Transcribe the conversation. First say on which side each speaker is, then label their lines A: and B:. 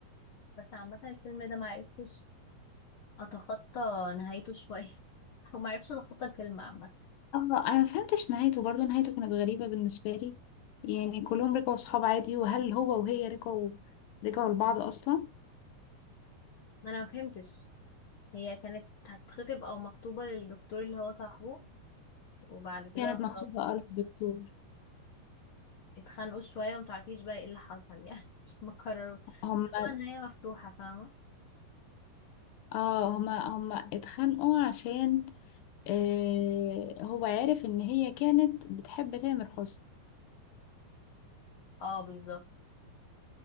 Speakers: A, on the left (about 60°); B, on the left (about 75°).
A: بس عامة الفيلم ده معرفتش أتخطى نهايته شوية <laughs> أو معرفتش أتخطى الفيلم عامة
B: اه انا ما فهمتش نهايته برضو نهايته كانت غريبة بالنسبة لي يعني كلهم رجعوا صحاب عادي وهل هو وهي رجعوا رجعوا لبعض اصلا
A: ما أنا مفهمتش هي كانت هتتخطب أو مخطوبة للدكتور اللي هو صاحبه وبعد كده
B: كانت مكتوبة
A: خلاص
B: قال الدكتور
A: اتخانقوا شوية ومتعرفيش بقى ايه اللي حصل يعني <laughs> مش مكرروا
B: هما
A: هو نهاية مفتوحة فاهمة
B: اه هما هما اتخانقوا عشان آه هو عارف ان هي كانت بتحب تامر حسني
A: اه بالظبط